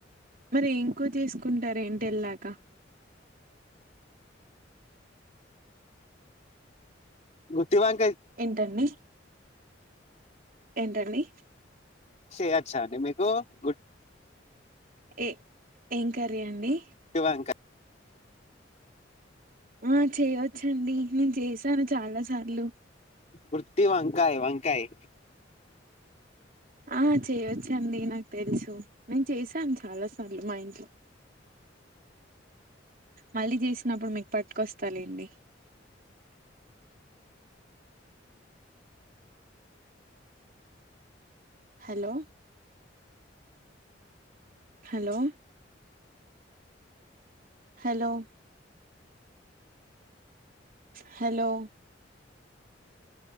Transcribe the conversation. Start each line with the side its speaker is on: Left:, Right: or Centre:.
Right: మరి ఎంకురా చేసుకుంటారు ఇంటి ఎళ్ళాక
Left: గుత్తి వంకాయ్
Right: ఏంటండి ఏంటండీ
Left: చేయొచ్చా అండి మీకు గుడ్
Right: ఏ ఏం కరీ అండి
Left: అవా ఇంకా
Right: ఆ చేయవచ్చండి నేను చేసాను చాలా సార్లు
Left: వృర్తి వంకాయ వంకాయ్
Right: ఆ చేయొచ్చండి నాకు తెలుసు నేను చేసాను చాలా సార్లు మా ఇంట్లో మళ్ళీ చేసినప్పుడు మీకు పట్టుకొస్తాలెండి hello hello hello hello